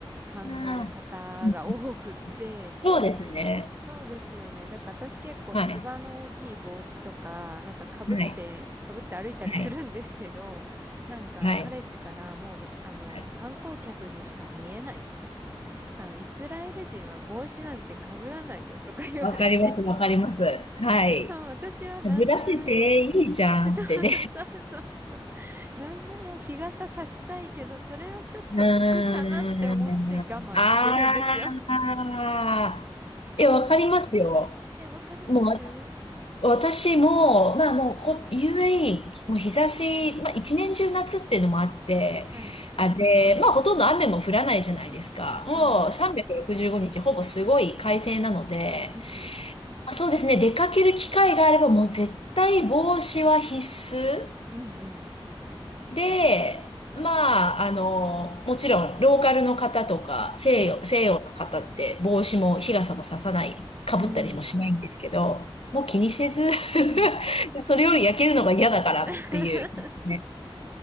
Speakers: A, on the right; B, on the left.
A: 考え方が多くって、
B: ああ、うんそうですね。
A: そうですよね。だから私結構つばの大きい帽子とか、
B: はい。
A: なんか被って、
B: はい。
A: 被って歩いたりするんですけど、
B: はい。
A: なんか彼氏からもう、
B: はい。
A: あの、
B: はい。
A: 観光客にしか見えないみたいな。さあ、イスラエル人は帽子なんて被らないよとか言われて、
B: わかります。わかります。はい。
A: あ私はなんなら
B: ブラシっていいじゃんってね。
A: <laughs> そうそう <laughs> そうそう。なんなら日傘さしたいけど、それはちょっと浮くかなって思って我慢してるんですよ。
B: うーん。ああ、え、わかりますよ。
A: <laughs> え、わかります
B: もう私も、まあもうこ、UAE、もう日差し、まあ一年中夏っていうのもあって、
A: はい。
B: あ、で、まあほとんど雨も降らないじゃないですか。
A: はい。
B: もう365日ほぼすごい快晴なので、
A: うん
B: まあ、そうですね、出かける機会があればもう絶対帽子は必須。
A: うん。
B: で、まあ、あの、もちろん、ローカルの方とか、西洋、
A: うんうん。
B: 西洋の方って帽子も日傘もささない、かぶったりもしないんですけど、
A: うん。
B: もう気にせず
A: うん。
B: <laughs> それより焼けるのが嫌だからっていう。
A: <laughs>
B: ね、